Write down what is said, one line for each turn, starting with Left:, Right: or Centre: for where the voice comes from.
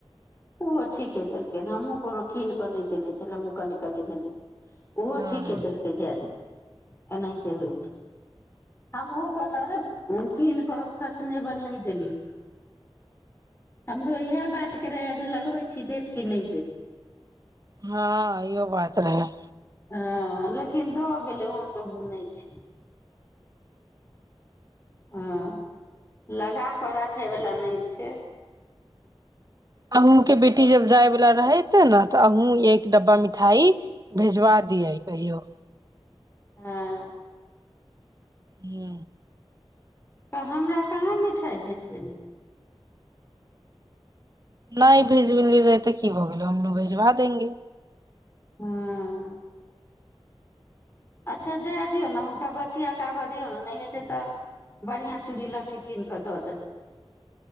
Left: ओ ठीके देलखिन हमहुँ कोनो कीन कऽ नहि देने छल हमँ कनी कनी देने छल ओहो
Right: हँ
Left: ठीके दिलके जे अ एनाहिते होइ छै हमहुँ कोनो कीन कऽ फैसनेबल नहि देलियै हमरो इह बात के रहे जे लगबै छी देत कि नहि देत
Right: हँ इहो बात रहै
Left: ह लेकिन धऽ गेलै ओहन लोग नहि छै हँ लगा कऽ राखयवला नहि छै
Right: अहूँके बेटी जब जायवला रहेते ने तऽ अहूँ एक डब्बा मिठाई भेजवा दियै कहियो
Left: हँ
Right: हू
Left: तऽ हमरा कहाँ मिठाइ भेजबे नहि
Right: नहि भेज रहै ते की भ गेल हमलोग भेजवा देेंगे
Left: हँ अच्छा जाए दियौ ने हुनका बचिया कऽ आबय दियौ ने नहि हेतै तऽ बढ़िआँ चूड़ी लहठी कीनि कऽ दऽ देबै